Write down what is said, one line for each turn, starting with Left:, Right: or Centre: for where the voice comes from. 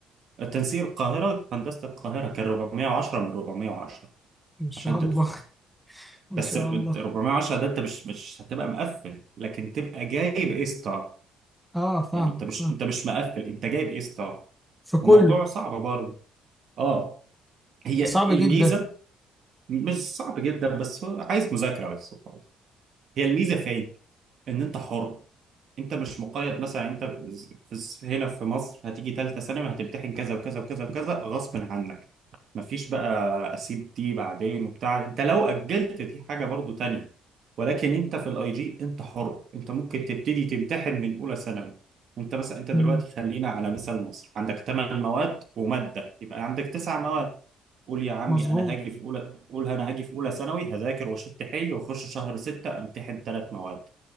Right: تنسيق القاهره هندسه القاهره كان 410 من 410
Centre: ان شاء
Right: عشان
Centre: الله
Right: تدخل
Centre: <laughs> ما
Right: بس
Centre: شاء
Right: أنت
Centre: الله
Right: 410 ده انت مش مش هتبقى مقفل لكن تبقى جايب اي ستار
Centre: اه فاهمك
Right: يعني انت مش
Centre: فاهم
Right: انت مش مقفل انت جايب اي ستار
Centre: في كله
Right: الموضوع صعب برضه اه هي
Centre: صعب جدا
Right: الميزه مش صعب جدا بس هو عايز مذاكره بس هي الميزه في إيه؟ ان انت حر انت مش مقيد مثلا انت في هنا في مصر هتيجي ثالثه ثانوي هتمتحن كذا وكذا وكذا وكذا غصب عنك مفيش بقى اسيب دي بعدين وبتاع انت لو اجلت دي حاجه برضو تانية ولكن انت في الاي جي انت حر انت ممكن تبتدي تمتحن من اولى ثانوي انت مثلا انت دلوقتي
Centre: امم
Right: خلينا على مثال مصر عندك 8 مواد وماده يبقى عندك 9 مواد قول يا عمي
Centre: مظبوط
Right: انا هاجي في اولى قول انا هاجي في اولى ثانوي هذاكر واشد حيلي واخش شهر ستة امتحن ثلاث مواد